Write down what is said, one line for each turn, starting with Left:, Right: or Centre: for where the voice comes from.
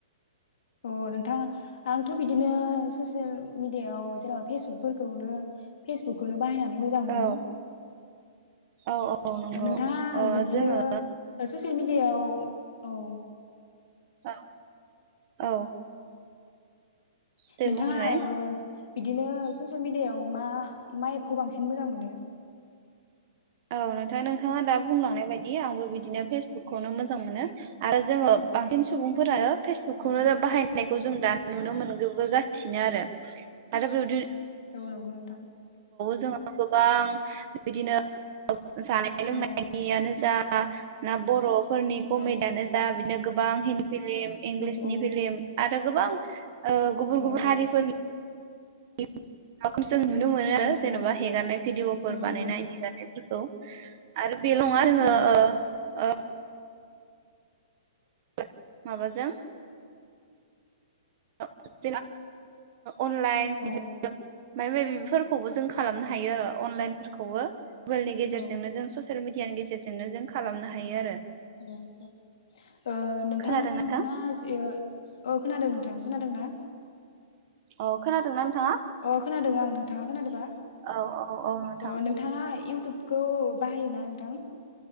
Left: अ नोंथाङा आंथ' बिदिनो ससियेल मिडियायाव जेनेबा फेसबुकफोरखौनो फेसबुकखौनो बाहायनानै मोजां
Right: औ
Left: मोनो
Right: औ औ नंगौ
Left: नोंथाङा
Right: ओ
Left: बिबदिनो
Right: जोङो
Left: ससियेल मिेडियायाव। औ।
Right: औ औ। दे
Left: नोंथाङा
Right: बुंग्रोनाय
Left: ओ बिदिनो ससियेल मिडियायाव मा मा एप खौ बांसिन मोजां मोनो?
Right: औ नोंथाङ नोंथाङा दा बुंलांनाय बायदि आंबो बिदिनो फेसबुकखौनो मोजां मोनो आरो जोङो बांसिन सुबुंफोरानो फेसबुकखौनो
Left: औ
Right: बाहाय नायखौ जों दा नुनो मोनगोबोगासिनो आरो, आरो बेयावदि
Left: औ नंगौ नोंथां।
Right: जोङो गोबां बिदिनो औ जानाय लोंनायनियानो
Left: औ
Right: जा आ ना बर' फोरनि कमेडआनो
Left: औ
Right: जा बिनो गोबां हिन्दी फिलिम, इंलिसनि
Left: औ औ
Right: फिलिम आरो गोबां ओ गुबुन
Left: औ
Right: गुबुन हारिफोरनि <unintelligible> जों नुनो मोनो आरो
Left: औ
Right: जेन'बा
Left: औ
Right: हेगारनाय भिडिअफोर
Left: औ
Right: बानायनाय
Left: नंगौ नोंथां
Right: हेगारनायफोरखौ। आरो बेल' नङा जोङो
Left: औ
Right: ओ ओ <unintelligible> माबाजों <unintelligible> ओ अनलाइन
Left: औ
Right: <unintelligible> माइबा मायबिफोरखौबो जों खालामनो हायो आरो अनलाइनफोरखौबो। मबेइलनि गेजेरजोंनो
Left: औ
Right: जों ससियेल मिडियानि गेजेरजों जोंनो जों खालामनो हायो आरो।
Left: <unintelligible> ओ नोंथाङा
Right: खोनादों नोंथां
Left: ओ औ खोनादो नोंथां। खोनादों ना?
Right: अ खोनादोंना नोंथाङा?
Left: अ खोनादों आं नोंथाङा खोनादोबा?
Right: औ औ औ नोंथां
Left: ओ नोंथाङा इउटुबखौ बाहायोना नोंथां?